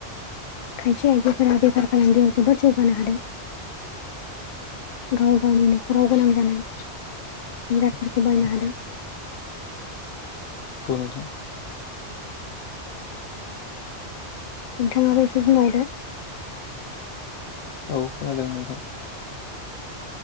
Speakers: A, on the left; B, on the left.
A: खायसे आयदिफोरा बेफार फालांगियाव जोबोद जौगानो हादों। गाव गावनि न'खराव गोनां जानाय। जिरादफोरखौ बायनो हादों।
B: खौ नोंथां
A: नोंथाङाबो एसे बुंबावदो।
B: औ खोनादों नोंथां।